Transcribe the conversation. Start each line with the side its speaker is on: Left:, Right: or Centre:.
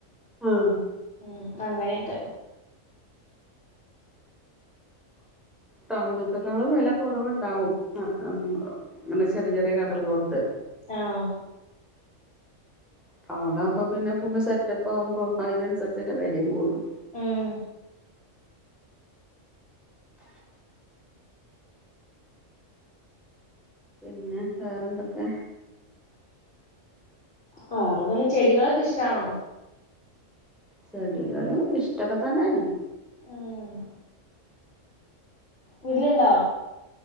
Centre: ആഹ്
Left: ഉം അങ്ങനെയൊക്കെ
Centre: ടൗണത്തെേക്കാളും വെല കുറവ്ണ്ടാവും ആഹ് ഇങ്ങനെ ചെറിയ ചെറിയ കടള്ളോട്ത്
Left: ആഹ്
Centre: ടൗണാകുമ്പൊ പിന്നെ ഫുള്ള് സെറ്റപ്പ് ആവുംമ്പോ അപ്പൊ അയ്നുസരിച്ച്ള്ള വെലയും കൂടും
Left: ഉം
Centre: പിന്നെ വേറെന്തൊക്കെ
Left: വേറെന്നുല്ല ചെടികളൊക്കെ ഇഷ്ടാണോ
Centre: ചെടികള് ഇഷ്ട്ടോക്കെ തന്നെന്
Left: ആഹ് വീട്ടിലുണ്ടോ